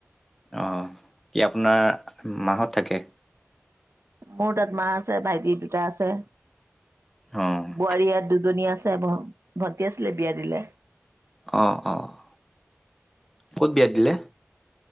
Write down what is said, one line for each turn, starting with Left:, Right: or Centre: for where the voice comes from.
Centre: অ' কি আপোনাৰ মাহঁত থাকে?
Right: মোৰ তাত মা আছে, ভাইটি দুটা আছে।
Centre: অ',
Right: বোৱাৰী ইয়াত দুজনী আছে, ভণ্টি আছিলে বিয়া দিলে।
Centre: অ', অ'। ক'ত বিয়া দিলে?